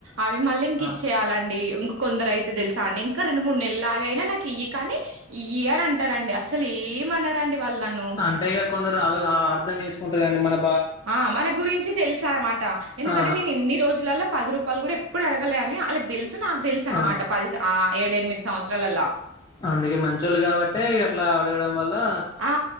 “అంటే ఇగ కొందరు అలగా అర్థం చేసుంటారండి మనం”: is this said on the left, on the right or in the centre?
Left